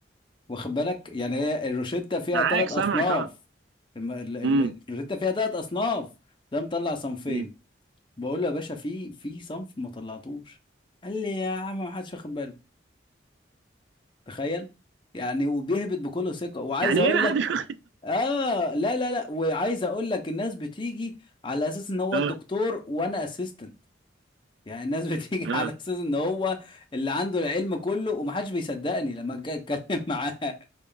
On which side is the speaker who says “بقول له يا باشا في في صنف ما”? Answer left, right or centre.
Left